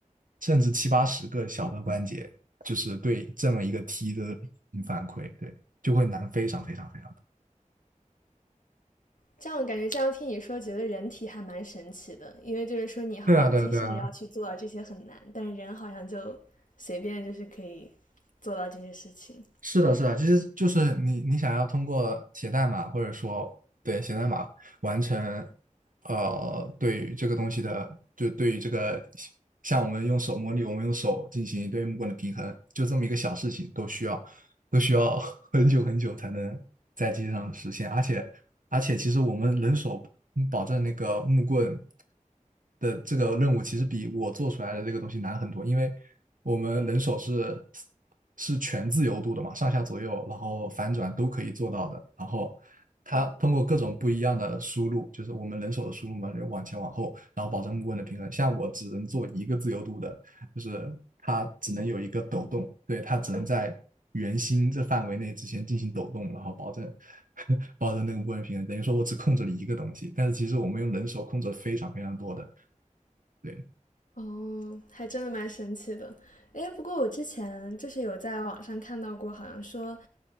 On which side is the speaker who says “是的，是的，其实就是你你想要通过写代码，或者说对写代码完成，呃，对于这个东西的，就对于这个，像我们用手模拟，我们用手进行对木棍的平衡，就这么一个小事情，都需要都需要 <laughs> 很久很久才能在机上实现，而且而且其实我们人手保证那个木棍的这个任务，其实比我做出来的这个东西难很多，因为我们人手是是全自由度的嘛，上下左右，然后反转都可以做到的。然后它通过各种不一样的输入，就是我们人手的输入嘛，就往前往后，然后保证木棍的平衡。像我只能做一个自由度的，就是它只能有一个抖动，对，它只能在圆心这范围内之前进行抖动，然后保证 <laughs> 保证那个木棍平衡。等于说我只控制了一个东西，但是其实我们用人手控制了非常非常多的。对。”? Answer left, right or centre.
Right